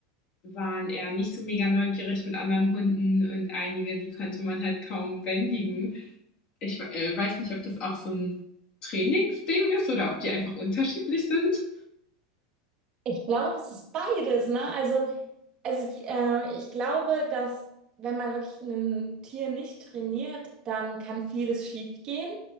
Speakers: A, on the left; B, on the right.
A: waren eher nicht so mega neugierig mit anderen Hunden und einige, die konnte man halt kaum bändigen. Ich äh, weiß nicht, ob das auch so ein Trainingsding ist oder ob die einfach unterschiedlich sind.
B: Ich glaube, es ist beides, ne? Also, also ich, äh, ich glaube, dass wenn man wirklich ein Tier nicht trainiert, dann kann vieles schief gehen.